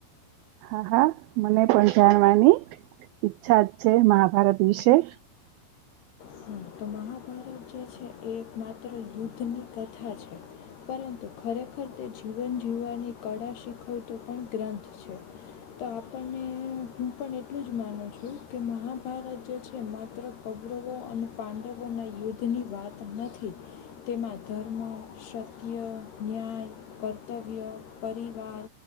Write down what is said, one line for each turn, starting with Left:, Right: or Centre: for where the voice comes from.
Right: હા હા મને પણ જાણવાની ઈચ્છા છે મહાભારત વિશે.
Left: હમ તો મહાભારત જે છે એ એક માત્ર યુદ્ધની કથા છે. પરંતુ ખરેખર તે જીવન જીવવાની કળા શીખવતો પણ ગ્રંથ છે. તો આપણને હું પણ એટલું જ માનું છું કે મહાભારત જે છે માત્ર કૌરવો અને પાંડવોના યુદ્ધની વાત નથી તેમાં ધર્મ, સત્ય, ન્યાય, કર્તવ્ય, પરિવાર